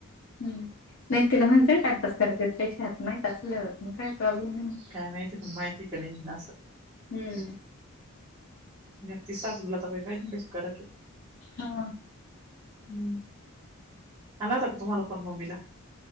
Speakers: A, on the left (about 60°); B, on the right (about 20°).
A: हम्म नाही तिला म्हणय ना टाइमपास करायचे पैसे आत माहत असल्या मग काय प्रॉब्लेम नाही
B: काय माहिती. माहिती की नाही ना अस
A: हम्म
B: तिची सासूबाई पहिली ना कधी कडक आहे
A: हा
B: हम्म आला होता का तुम्हाला पण मम्मीला.